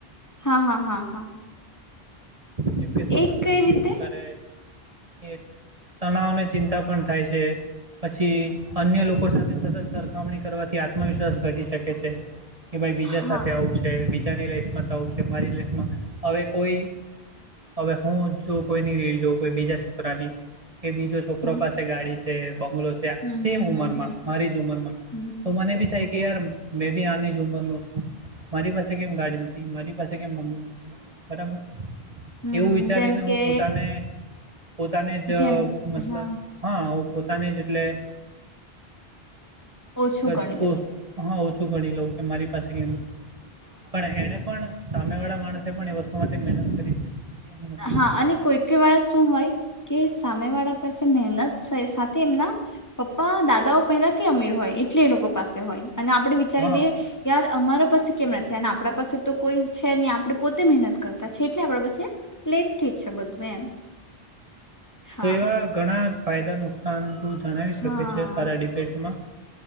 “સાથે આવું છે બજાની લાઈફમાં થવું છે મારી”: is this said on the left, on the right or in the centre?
Right